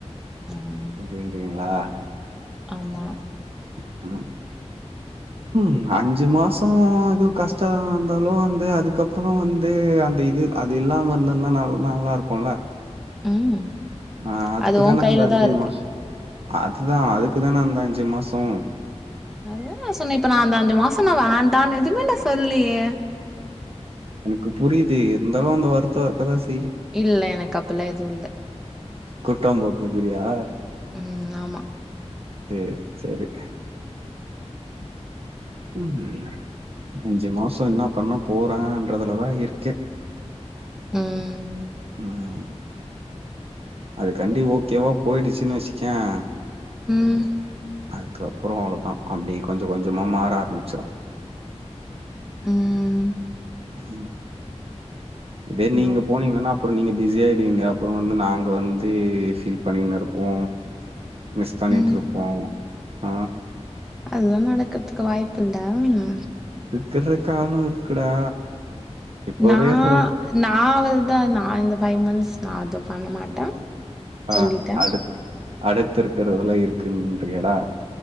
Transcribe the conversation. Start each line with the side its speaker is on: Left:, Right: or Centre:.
Centre: ம்
Right: அப்டின்றீங்களா
Centre: ஆமா
Right: ம் ம் அஞ்சு மாசொ இதூ கஷ்டேமா இருந்தாலூ வந்து அதுக்கப்புறோ வந்து அந்த இதுல்ல அது இல்லாம இருந்திருந்தா நல் நல்லா இருக்கூல்ல
Centre: ம்
Right: ஆ அதுக்குதானே
Centre: அது ஓ கையில
Right: அந்த அஞ்சு
Centre: தா இருக்கு
Right: மாசே அதுதா அதுக்குதானே அந்த அஞ்சு மாசோ
Centre: அதுதா நா சொன்னே இப்ப நா அந்த அஞ்சு மாசோ நா வேண்டான் எதுவுமே நா சொல்லயே
Right: எனக் புரியுது இருந்தாலூ அந்த வருத்தெ இருக்க தா செய்
Centre: இல்ல எனக்கு அப்பலா எதுவூ இல்ல
Right: குருட்டாம் போக்கள கீரயா
Centre: ம் ஆமா
Right: சேர் செரி ம் அஞ்சு மாசொ என்ன பண்ண போறேன்றதுலதா இருக்கெ
Centre: ம்
Right: ம் அது கண்டி ஓக்கேவா போயிடுச்சுன்னு வச்சுக்கேவே
Centre: ம்
Right: அதுக்கப்புறோ அவ்ளதா அப்டியே கொஞ்சொ கொஞ்சமா மாற ஆரம்பிச்சிரூ
Centre: ம்
Right: அத்தின் பேர் இப்டியே நீங்க
Centre: ஆ
Right: போனீங்கன்னா அப்புறோ நீங்க பிஸியாயிடுவீங்க அப்புறம் வந்து நாங்க வந்து ஃபீல் பண்ணின்னு இருப்போ மிஸ் பண்ணிட்டு
Centre: ம்
Right: இருப்போ ஆ
Centre: அதெல்லா நடக்கறதுக்கு வாய்ப்பு இல்லம்ஹு
Right: கிறுக்காவு இருக்குடா இப்பவே
Centre: நா
Right: சொல்
Centre: நா அவள்தா நா இந்த ஃபைவ் மந்த்ஸ் தா அதுபண்ண மாட்டே சொல்லிட்டே
Right: அ அடு அடுத்திருக்கறதெல்லா இருக்குன்றியாடா